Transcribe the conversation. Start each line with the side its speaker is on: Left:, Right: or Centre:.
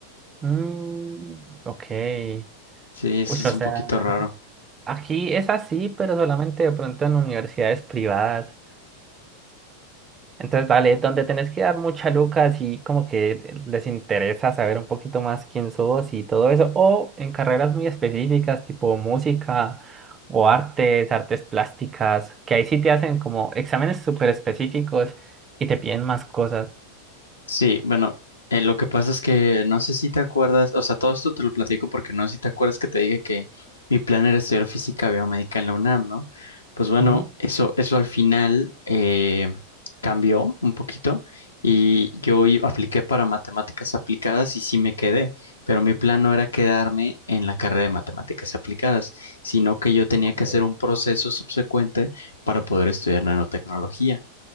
Right: Mm, ok.
Left: Sí, eso
Right: Uy,
Left: es
Right: o
Left: un
Right: sea.
Left: poquito raro.
Right: Aquí es así, pero solamente de pronto en universidades privadas. Entonces, dale, donde tenés que dar mucha lucas y como que les interesa saber un poquito más quién sos y todo eso, o en carreras muy específicas, tipo música o artes, artes plásticas, que ahí sí te hacen como exámenes súper específicos y te piden más cosas.
Left: Sí, bueno, eh, lo que pasa es que no sé si te acuerdas, o sea, todo esto te lo platico porque no sé si te acuerdas que te dije que mi plan era estudiar física biomédica en la UNAM, ¿no? Pues bueno,
Right: Ujú.
Left: eso, eso al final eh, cambió un poquito y yo i- apliqué para matemáticas aplicadas y sí me quedé, pero mi plan no era quedarme en la carrera de matemáticas aplicadas, sino que yo tenía
Right: Ok.
Left: que hacer un proceso subsecuente para poder estudiar nanotecnología.